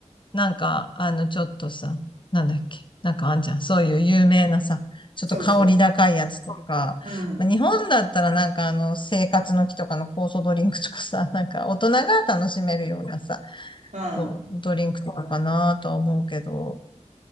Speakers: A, on the left; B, on the right.
A: なんか、あの、ちょっとさ、なんだっけなんかあんじゃん。そういう有名なさ、ちょっと香り高いやつとか。
B: そうそう。うん。
A: まあ、日本だったらなんかあの、生活の木とかの酵素ドリンクとかさ、なんか大人が楽しめるようなさ、
B: ああ、
A: そう、ドリンクとかかなとは思うけど、